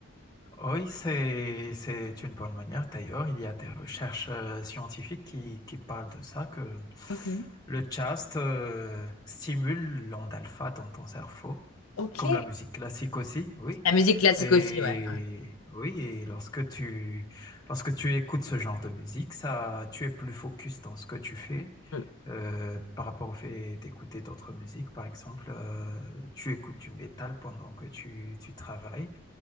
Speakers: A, on the left; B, on the left.
A: Oui, c'est, c'est une bonne manière. D'ailleurs, il y a des recherches euh, scientifiques qui, qui parlent de ça, que
B: Ok.
A: le chast euh, stimule l'onde alpha dans ton cerveau,
B: Ok.
A: comme la musique classique aussi, oui.
B: La musique classique
A: Et
B: aussi, ouais.
A: oui, et lorsque tu, lorsque tu écoutes ce genre de musique, ça, tu es plus focus dans ce que tu fais.
B: Mm.
A: euh, par rapport au fait d'écouter d'autres musiques, par exemple, euh, tu écoutes du métal pendant que tu, tu travailles.